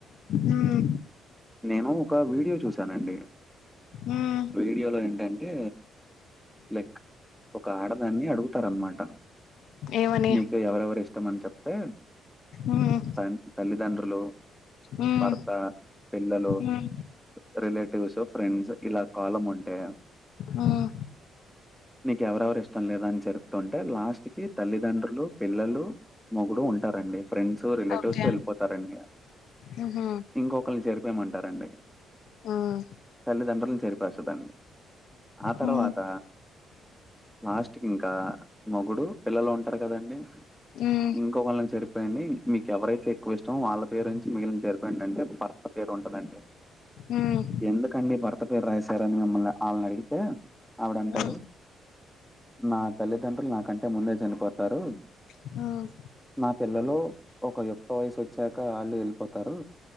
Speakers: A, on the left (about 80°); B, in the centre.
A: మ్మ్
B: నేను ఒక వీడియో చూశానండి,
A: ఉమ్
B: డియలో ఏంటంటే లైక్ ఒక ఆడదాన్ని అడుగుతారనమాట,
A: ఏమని
B: నీకు ఎవరెవరిష్టం అని చెప్తే,
A: మ్మ్
B: త తల్లిదండ్రులు,
A: మ్మ్
B: భర్త, పిల్లలు
A: మ్మ్
B: రిలేటివ్స్, ఫ్రెండ్స్ ఇలా కాలం ఉంటే,
A: ఉమ్
B: నీకెవరెవరు ఇష్టం లేదాని చెరు తుంటే లాస్ట్ కి తల్లిదండ్రులు పిల్లలు మొగుడు ఉంటారండి, ఫ్రెండ్స్ రిలేటివ్స్
A: ఓకే
B: వెళ్ళిపోతారండి ఇగ
A: మ్హు
B: ఇంకొకోళ్ళని చేరిపేయమంటారండి ఇగ,
A: మ్మ్
B: తల్లిదండ్రులను చెరిపేస్తదండి ఆ తర్వాత,
A: మ్మ్
B: లాస్ట్ కింకా మొగుడు పిల్లలుంటారు కదండి,
A: మ్మ్
B: ఇంకొకళ్ళ్ని చెరిప్ పెయ్యండి, మీకు ఎవరైతే ఎక్కువ ఇష్టమో వాళ్ళ పేరు ఉంచి మిగిలింది చెరిపేయ్యండి అంటే భర్త పేరు ఉంటదండి.
A: మ్మ్
B: ఎందుకండి భర్త పేరు రాశారని మిమ్మల్ని ఆళ్ళనడిగితే ఆవిడ అంటారు,
A: మ్మ్
B: నా తల్లిదండ్రులు నాకంటే ముందే చనిపోతారు,
A: ఉమ్
B: నా పిల్లలు ఒక యుక్త వయసొచ్చాక వాళ్ళు వెళ్ళిపోతారు,